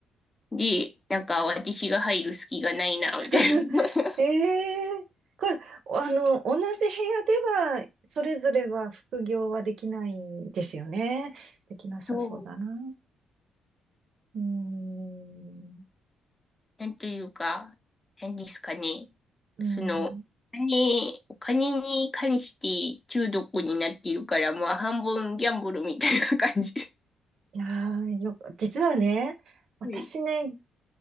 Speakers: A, on the left; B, on the right.
A: で、なんか私が入る隙がないな、
B: <laughs>。
A: みたいな。<laughs>
B: ええこれ、あの、同じ部屋では、それぞれは副業はできないんですよね。できなさそうだな。
A: そう、
B: うーん、
A: なんというか、何ですかね。
B: うーん。
A: その、お金、お金に関して中毒になっているから、まあ半分ギャンブルみたいな感じ。
B: いやー、よく、実はね、私ね、
A: はい。